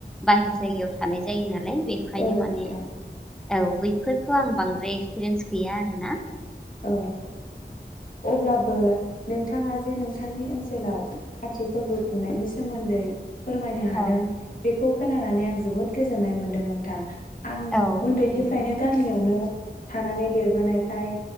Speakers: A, in the centre; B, on the left.
A: बाहेर जायगायाव थानाय जायो नालाय। बेखायनो
B: औ
A: माने
B: नोंथां
A: औ बैफोर खौ आं बांद्राय एक्सपिरियेन्स गैया आरो ना।
B: औ अब्लाबो नोंथाङा जे नोंथांनि ओनसोलाव खाति फोरबो खुंनायनि सोमोन्दै फोरमायनो हादों
A: औ
B: बे खौ खोनानानै आं जोबोद गोजोन्नाय मोनदों नोंथां। आं
A: औ
B: उन्दैनिफ्रायनो
A: नंगौ
B: गामियावनो थानानै देरबोनायखाय